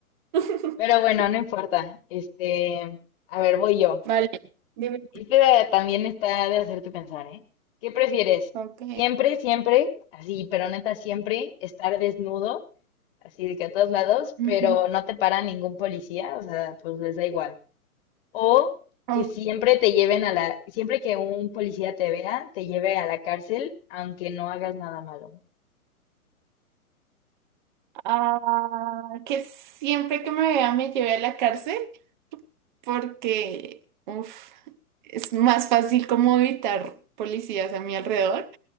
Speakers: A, on the right; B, on the left.
A: <laughs>
B: Pero bueno, no importa. Este, a ver, voy yo.
A: Vale, dime.
B: Este también está de hacerte pensar, ¿eh? ¿Qué prefieres?
A: Ok.
B: Siempre, siempre, así, pero neta, siempre estar desnudo, así de que a todos lados,
A: ujú.
B: pero no te para ningún policía, o sea, pues les da igual. O
A: Ok.
B: que siempre te lleven a la, siempre que un policía te vea, te lleve a la cárcel, aunque no hagas nada malo.
A: Ah, que siempre que me vea me lleve a la cárcel. porque uf, es más fácil como evitar policías a mi alrededor